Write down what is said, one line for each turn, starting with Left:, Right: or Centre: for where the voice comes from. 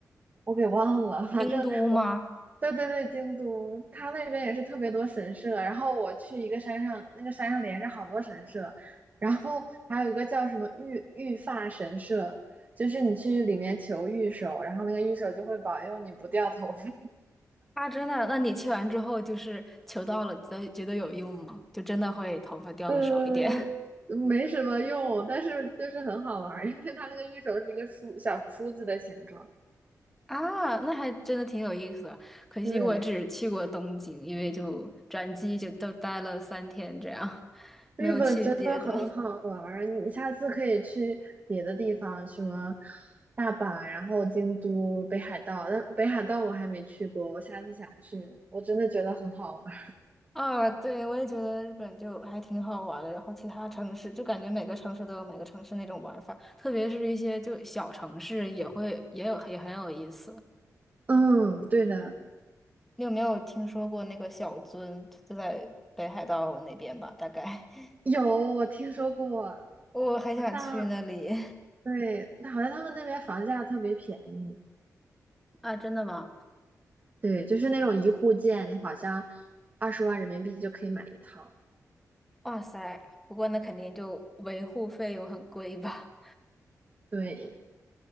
Right: 我给忘了，反正我，
Centre: 京都吗？
Right: 对对对，京都，它那边也是特别多神社。然后我去一个山上，那个山上连着好多神社，然后还有一个叫什么御御发神社，就是你去里面求御守，然后那个御守就会保佑你不掉头发。
Centre: 啊，真的？那你去完之后，就是求到了，觉得觉得有用吗？就真的会头发掉的少一点
Right: 呃，
Centre: <laughs>
Right: 没什么用，但是就是很好玩儿因为它那个玉手是一个梳小梳子的形状。
Centre: 啊？那还真的挺有意思的。可惜我只去过东京，
Right: 对，
Centre: 因为就转机就都待了三天这样，没有去别的。
Right: 日本真的很好玩儿你下次可以去别的地方，什么大阪，然后京都、北海道。但北海道我还没去过，我下次想去，我真的觉得很好玩儿
Centre: 啊，对，我也觉得日本就还挺好玩的，然后其他城市就感觉每个城市都有每个城市那种玩法，特别是一些就小城市也会也有也很有意思。
Right: 嗯，对的，
Centre: 你有没有听说过那个小樽，就在北海道那边吧？大概 <laughs>
Right: 有，我听说过，
Centre: 我很想去那里。
Right: 好像对，但好像他们那边房价特别便宜。
Centre: <laughs> 啊，真的吗？
Right: 对，就是那种一户建，你好像二十万人民币就可以买一套。
Centre: 哇塞，不过那肯定就维护费用很贵吧？
Right: 对，